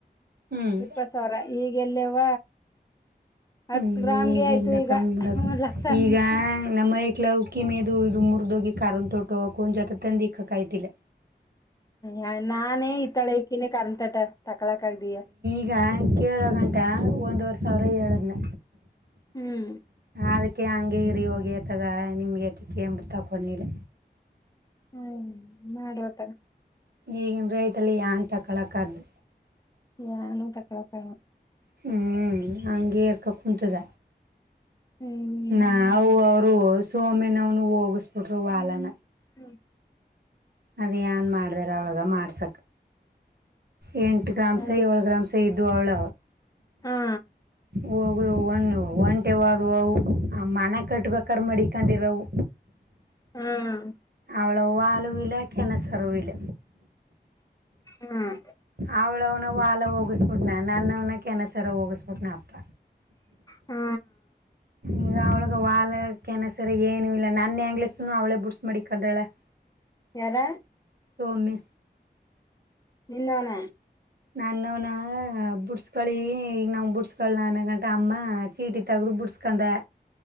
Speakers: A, on the right (about 70°); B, on the left (about 20°).
A: ಹ್ಮ್
B: ಇಪ್ಪತ್ ಸಾವಿರಾ ಈಗೆಎಲ್ಲೇವ ಹತ್ತ
A: ಹ್ಮ್
B: ಗ್ರಾಮ್
A: ಈಗಿಲ್ಲ
B: ಗೆ ಆಯ್ತು ಈಗ
A: ಕಂಗ್ ಬಿಡಕ
B: ಒಂದ್ ಲಕ್ಷಾ
A: ಈಗ ನಮ್ಮ ಹೈಕ್ಲಳ ಕ್ಕಿವೇದು ಇದು ಮುರ್ದೋಗಿ ಕಾಲನ್ ತೊಟ್ಟು ಹಾಕ ಅವ್ಕು ಒಂದು ಜೊತೆ ತಂದಿ ಕಾಯತಿಲ್ಲಾ
B: ಹ ನಾನೇ ಇತ್ತೊಳಕಿನೇ ಕರ್ ತಟ ತಕಳಕ ಆಗ್ದೀಯಾ
A: ಈಗ ಕೇಳ ಗಂಟ ಒಂದ್ವರೆ ಸಾವಿರ ಏಳದ್ನ.
B: ಹ್ಮ್
A: ಅದಕ್ಕೆ ಹಂಗೆ ಇರಿ ಹೋಗಿ ಎ ತಗ ನಿಮಗೆ ಟಿಕೆ ಎಂಬರು ತಪ್ಪಗಿಲ್ಲ.
B: ಹ್ಮ್ ಮಾಡುವ ತಗ.
A: ಈಗಿನ ರೇಟ್ ಅಲ್ಲಿ ಯಾನ್ ತಕಳಕದ್ದು.
B: ಏನು ತಕಾಳಕ್ ಅಗ್ಲ.
A: ಹ್ಞ ಹಂಗೇರ್ಕ ಕುೂಂತಿದ.
B: ಹ್ಮ್
A: ನಾವು ಅವರು ಹೊಸೋಮೆ ನವ್ನು ಹೋಗಿಸಬಿಟ್ರು ವಾಲನ.
B: ಹ್ಮ್
A: ಅದ ಏನ್ ಮಾಡ್ದಾರ ಅವಳಗ ಮಾಡ್ಸಕ್ ಎಂಟು ಗ್ರಾಮ್ಸ್
B: ಅದ
A: ಏಳು ಗ್ರಾಮ್ಸ ಇದ್ದು ಅವಳ.
B: ಹಾ
A: ಹೋಗಳ ಹೊಣ್ಣು. ಒಂಟೆವಾದವು ಅವು ಆ ಮನೆ ಕಟ್ಟಬೇಕಾದ್ರ ಮಡಕೊಂಡಿರವು.
B: ಹ್ಮ
A: ಅವಳೋ ವಾಲ್ವ್ ಇಲ್ಲ ಕೆನಸರು ಇಲ್ಲ.
B: ಹ್ಮ್
A: ಅವಳವ್ನ ವಾಲ ಹೋಗಿಸಬಿಟ್ನ ನನ್ನವ್ನ ಕೆನ್ಸರ ಹೋಗಿಸ್ಬಿಟ್ನ ಅಪ್ಪ.
B: ಹ್ಮ
A: ಈಗ ಅವಳಗ ವಾಲಕನಸರ ಏನು ಇಲ್ಲ ನಾನೇ ಆಂಗ್ಲಸ್ನು ಅವ್ಳೇ ಬುಡ್ಸ್ ಮಾಡಿ ಕಂಡಾಳ. <inaudible>
B: ಯಾರ
A: ಸೊಮ್ಮೆ
B: ನಿನ್ನೋನ.
A: ನಾನವನ ಬುಡ್ಸ್ಕಳಿ ಈಗ ನಾವ ಬುಡ್ಸ್ಕಳ ನ ಗಂಟ ಅಮ್ಮ. ಚೀಟಿ ತಗದು ಬುಡ್ಸ್ಕಂದ